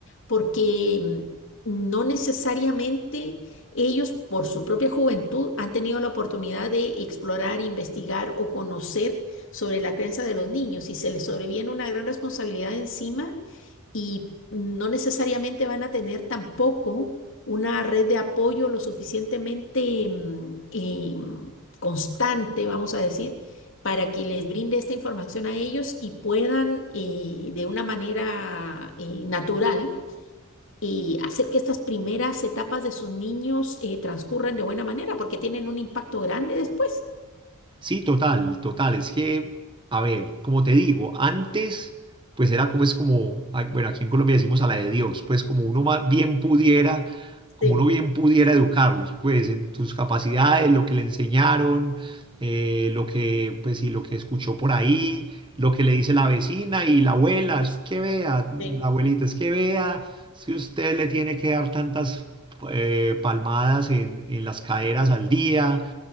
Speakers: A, on the left (about 60°); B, on the right (about 20°).
A: porque mm, no necesariamente ellos, por su propia juventud, han tenido la oportunidad de explorar, investigar o conocer sobre la crianza de los niños y se les sobreviene una gran responsabilidad encima y no necesariamente van a tener tampoco una red de apoyo lo suficientemente mm, eh, constante, vamos a decir, para que les brinde esta información a ellos y puedan eh, de una manera eh, natural y hacer que estas primeras etapas de sus niños eh, transcurran de buena manera, porque tienen un impacto grande después.
B: Sí, total, total. Es que, a ver, como te digo, antes, pues era como es como, ah, bueno, aquí en Colombia decimos a la de Dios, pues como uno ma- bien pudiera, como
A: Sí,
B: uno bien pudiera educarlos, pues en sus capacidades, lo que le enseñaron, eh, lo que, pues sí, lo que escuchó por ahí, lo que le dice la vecina y la abuela, es que vea, la
A: sí,
B: abuelita, es que vea, si usted le tiene que dar tantas eh, palmadas en en las caderas al día